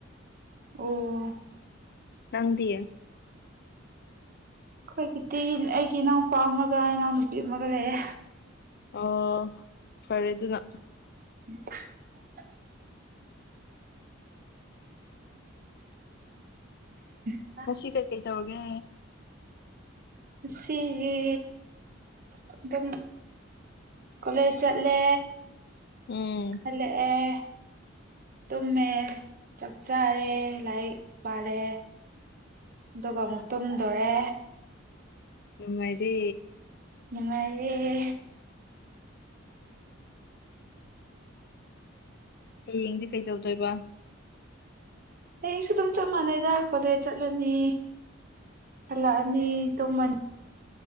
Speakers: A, on the right; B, on the left.
A: ꯑꯣ
B: ꯅꯪꯗꯤꯌꯦ
A: ꯑꯩꯈꯣꯏꯒꯤꯗꯤ ꯑꯩꯒꯤ ꯏꯅꯥꯎ ꯅꯨꯄꯥ ꯑꯃꯒ ꯏꯅꯥꯎ ꯅꯨꯄꯤ ꯑꯃꯒ ꯂꯩꯌꯦꯦ
B: ꯑꯣ ꯐꯔꯦ ꯑꯗꯨꯅ
A: ꯎ <unintelligible> ꯑꯣ
B: ꯉꯁꯤ ꯀꯩꯀꯩ ꯇꯧꯔꯒꯦ
A: ꯁꯤꯒꯤ ꯑꯗꯨꯝ ꯀꯂꯦꯖꯠꯂꯦ
B: ꯎꯝ
A: ꯑꯂꯦꯦ ꯇꯨꯝꯃꯦ ꯆꯥꯛ ꯆꯥꯔꯦ ꯂꯥꯏꯔꯤꯛ ꯄꯥꯔꯦ ꯑꯗꯨꯒ ꯑꯃꯨꯛ ꯇꯨꯝꯗꯣꯔꯦ
B: ꯑꯗꯨ ꯃꯗꯤ
A: ꯅꯨꯡꯉꯥꯏꯌꯦ
B: ꯍꯌꯦꯡꯗꯤ ꯀꯩ ꯇꯧꯗꯣꯏꯕ
A: ꯍꯌꯦꯡꯁꯨ ꯑꯗꯨꯝ ꯆꯞ ꯃꯥꯟꯅꯩꯗ ꯀꯣꯂꯦꯖ ꯆꯠꯂꯅꯤ ꯍꯜꯂꯛꯑꯅꯤ ꯇꯨꯝꯃꯅꯤ